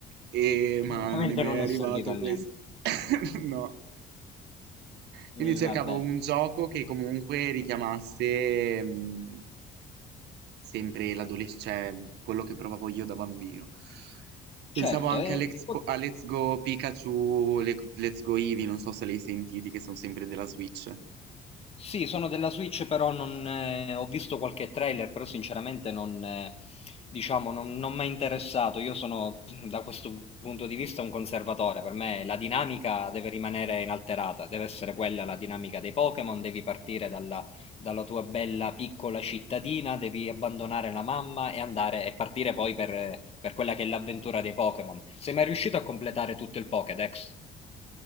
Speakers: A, on the right (about 80°); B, on the left (about 35°).
A: E ma
B: Ovviamente
A: non è mai
B: non
A: arrivato
B: è servito a niente.
A: questo. <laughs> No. Quindi
B: E
A: cercavo
B: vabbè,
A: un gioco che comunque richiamasse mh, sempre l'adolescente, cioè quello che provavo io da bambino. Pensavo
B: certo,
A: anche
B: e
A: a Let's,
B: po-
A: Po- a Let's Go Pikachu, Le- Let's Go Eevee, non so se li hai sentiti, che sono sempre della Switch.
B: sì, sono della Switch, però non, eh, ho visto qualche trailer, però sinceramente non, eh, diciamo, non, non mi è interessato. Io sono, da questo punto di vista, un conservatore. Per me la dinamica deve rimanere inalterata, deve essere quella la dinamica dei Pokémon, devi partire dalla, dalla tua bella piccola cittadina, devi abbandonare la mamma e andare e partire poi per, per quella che è l'avventura dei Pokémon. Sei mai riuscito a completare tutto il Pokédex?